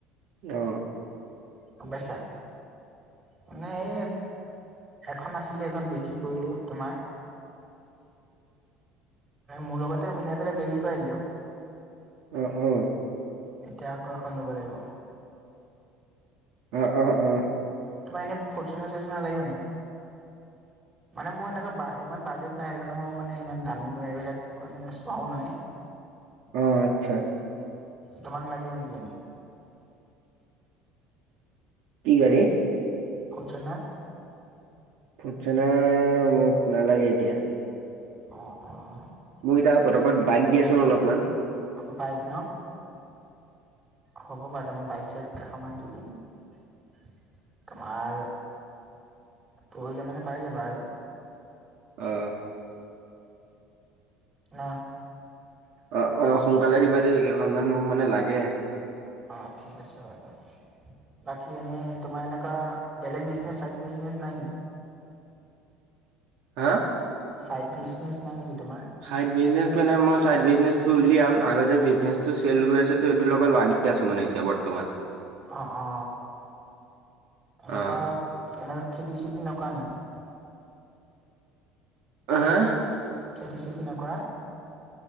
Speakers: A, on the right (about 65°); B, on the right (about 20°).
A: অ।
B: গম পাইছা? মানে এ এখন আছিলে, এইখন বিক্ৰী কৰিলো তোমাৰ। মোৰ লগতে মিলাই পেলাই বেগি কৰাই দিলো।
A: অ, অ।
B: এতিয়া আকৌ এখন ল'ব লাগিব।
A: অ, অ, অ।
B: তোমাক এনে ফৰ্চুনাৰ ছৰৰ্চুনাৰ লাগিব নেকি? মানে মোৰ এনেকুৱা বা ইমান বাজেট নাই আৰু। সেইকাৰণে মও মানে ইমান দামী গাড়ী বিলাক মানে চোৱাও নাই।
A: অ, আচ্ছা।
B: তোমাক লাগিব নেকি এনেই।
A: কি গাড়ী।
B: ফলচনা।
A: ফৰ্চুনাৰ মোক নালাগে এতিয়া।
B: অ অ।
A: মোৰ এতিয়া
B: এনে
A: পটাপত বাইক দিয়াছোন অলপমান।
B: বাইক ন হ'ব বাৰু দে মোৰ বাইক চাইট। কাষত মাত দি দিয়ক। তোমাৰ পৰহিলে মানে পাই যাবা আৰু।
A: অ।
B: অ।
A: অ অ সোনকালে দিবা দেই কেইখনমান মোক মানে লাগে।
B: অঁ ঠিক আছে বাৰু। বাকী এনেই তোমাৰ এনেকুৱা বেলেগ বিজনেচ চাইড বিজনেচ নাই নেকি?
A: হা।
B: চাইড বিজনেছ নাই নেকি তোমাৰ?
A: চাইড বিজনেছ মানে মই চাইড বিজনেছটো উলিয়াম আগতে বিজনেছটো চেল গৈ আছেতো এইটো লগত লাগি। দি আছো মানে এতিয়া বৰ্তমান।
B: অ অ এনেকুৱা
A: অ
B: এনেকুৱা খেতি চেতি নকৰা নেকি?
A: হে?
B: খেতি চেতি নকৰা?